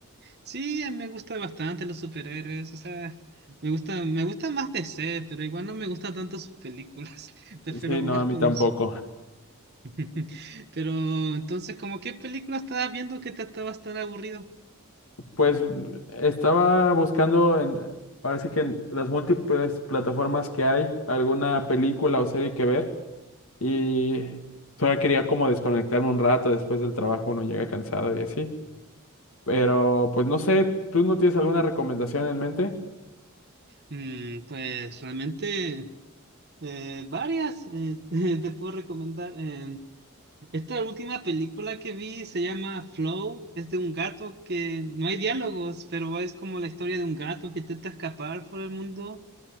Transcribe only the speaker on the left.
Sí, no,
a mí
tampoco.
Pues estaba buscando en, ahora sí que en las múltiples plataformas que hay, alguna película o serie que ver y solo quería como desconectarme un rato después del trabajo, uno llega cansado y así. Pero pues no sé, ¿tú no tienes alguna recomendación en mente?